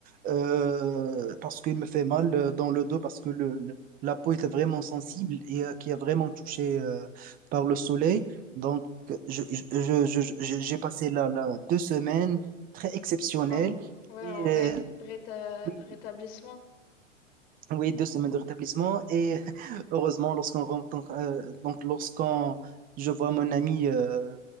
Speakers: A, on the right; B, on the left.
A: euh, parce qu'il me fait mal euh, dans le dos, parce que le, le- la peau était vraiment sensible et euh, qui est vraiment touchée euh, par le soleil. Donc, je, je- je- je- je- j'ai passé là, là deux semaines très exceptionnelles.
B: En- ouais,
A: Et
B: en
A: euh,
B: ré- réta-
A: oui,
B: rétablissement.
A: oui, deux semaines de rétablissement et <laughs> heureusement lorsqu'on rentre euh, donc lorsqu'on je vois mon ami euh,